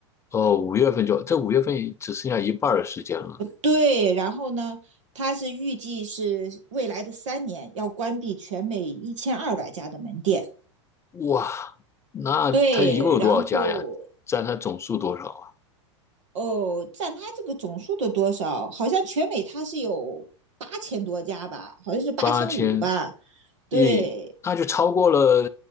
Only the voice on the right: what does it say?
对，然后呢，他是预计是未来的三年要关闭全美一千二百家的门店。
对，然后
哦，占它这个总数的多少？好像全美它是有八千多家吧，好像是八千五吧。
对